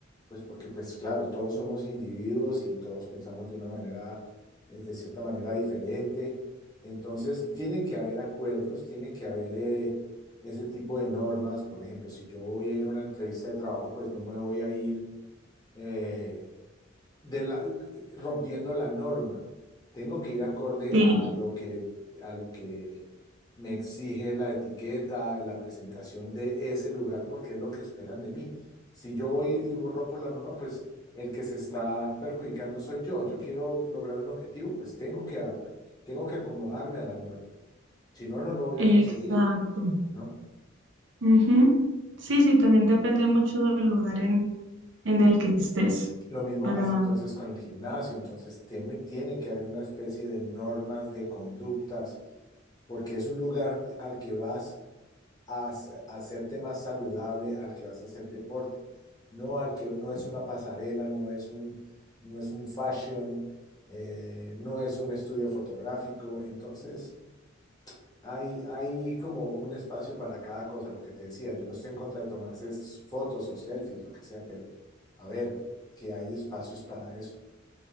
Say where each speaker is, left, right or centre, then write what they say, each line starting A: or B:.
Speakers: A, on the left; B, on the right.
A: pues porque pues claro, todos somos individuos y todos pensamos de una manera, eh, de cierta manera diferente. Entonces tienen que haber acuerdos, tienen que haber eh, ese tipo de normas. Por ejemplo, si yo voy a ir a una entrevista de trabajo, pues no me voy a ir. eh, de la- rompiendo la norma. Tengo que ir acorde
B: Sí,
A: a lo que, a lo que me exige la etiqueta, la presentación de ese lugar, porque es lo que esperan de mí. Si yo voy y rompo la norma, pues el que se está perjudicando soy yo. Yo quiero lograr un objetivo, pues tengo que, a- tengo que acomodarme a la norma. Si no, no lo voy
B: exacto.
A: a conseguir, ¿no?
B: Ujú. Sí, sí, también depende mucho del lugar en, en el que estés
A: Lo mismo
B: para
A: pasa entonces con el gimnasio, entonces tiene, tiene que haber una especie de normas de conductas porque es un lugar al que vas a s- a hacerte más saludable, al que vas a hacer deporte, no al que no es una pasarela, no es un, no es un fashion, eh, no es un estudio fotográfico, entonces hay, hay como un espacio para cada cosa, lo que te decía, yo no estoy en contra de tomarse s- fotos o selfies, lo que sea, pero a ver, que hay espacios para eso.